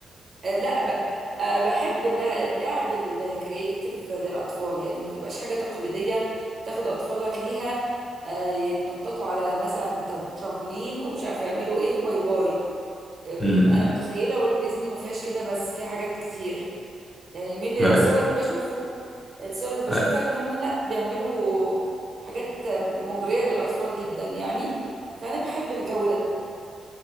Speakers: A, on the right; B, on the left.
A: آه، لا ب... آه، بحب اللا- اللعب الكرييتيف للأطفال يعني ما تبقاش حاجة تقليدية تاخد أطفالك ليها آه، يتنططوا على مثلا تم- ترامبلين ومش عارفة يعملوا ايه وباي باي آه، ب-
B: م.
A: أنا متخيلة والت ديزني ما فيهاش كده بس في حاجات كتير يعني من اللي-
B: آه،
A: الصور اللي بشوفه الصور اللي
B: آه،
A: بشوفها إن هم لا بيعملوا حاجات مغرية للأطفال جدا يعني فأنا بحب الجو ده